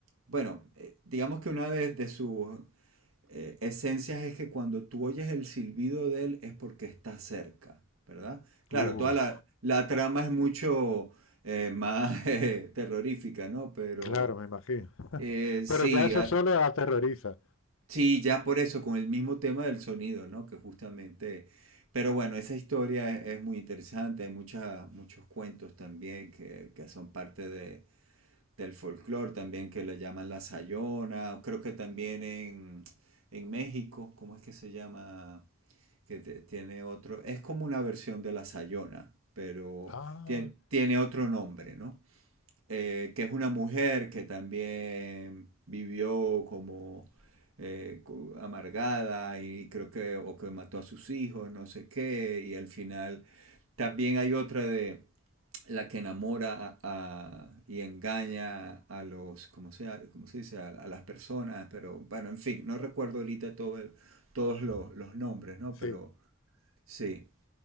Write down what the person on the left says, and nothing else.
Uf,
claro, me imagino.
Pero ya eso
solo aterroriza.
Ah,
sí.